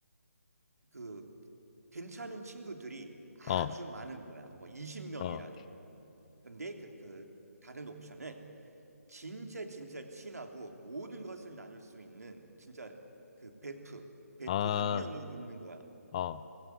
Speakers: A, on the right; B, on the left.
A: 그 괜찮은 친구들이 아주
B: 어,
A: 많은 거야. 뭐 20명이라도.
B: 어,
A: 근데 그, 그 다른 옵션은 진짜 진짜 친하고 모든 것을 나눌 수 있는 진짜 그 베프, 베프
B: 아,
A: 한 명이 있는 거야.
B: 어,